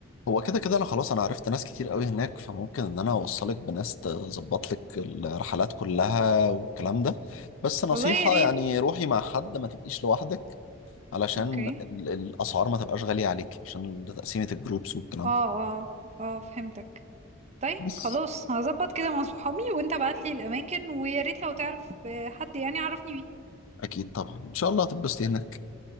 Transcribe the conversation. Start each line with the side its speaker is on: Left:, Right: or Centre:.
Left: هو كده كده أنا خلاص أنا عرفت ناس كتير قوي هناك فممكن إن أنا أوصلك بناس تظبط لك الرحلات كلها والكلام ده بس نصيحة
Right: والله يا ريت
Left: يعني روحي مع حد ما تبقيش لوحدك علشان
Right: اوكي
Left: ال- الأسعار ما تبقاش غالية عليك عشان ده تقسيمة الجروبس والكلام
Right: اه
Left: ده
Right: اه اه فهمتك طيب
Left: بس
Right: خلاص هظبط كده مع صحابي وانت ابعتلي الاماكن ويا ريت لو تعرف آه، حد يعني عرفني بيه
Left: أكيد طبعا إن شاء الله هتتبسطي هناك